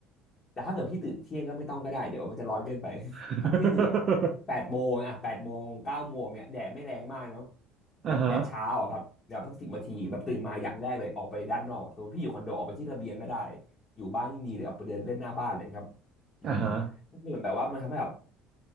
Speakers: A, on the left; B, on the right.
A: แต่ถ้าเกิดพี่ตื่นเที่ยงก็ไม่ต้องก็ได้เดี๋ยวมันจะร้อนเกินไป
B: <laughs>
A: <laughs> ถ้าพี่จะตื่นแบบแปดโมงอ่ะแปดโมงเก้าโมงเนี้ยแดดไม่แรงมากเนาะ
B: อ่าฮะ
A: แบบแดดเช้าอะครับแบบสักสิบนาทีแบบตื่นมาอย่างแรกเลยออกไปด้านนอกสมมติพี่อยู่คอนโดออกไปที่ระเบียงก็ได้อยู่บ้านยิ่งดีเลยออกไปเดินเล่นหน้าบ้านเลยครับอืม
B: อ่าฮะ
A: ก็คือเหมือนแบบว่ามันทำให้แบบ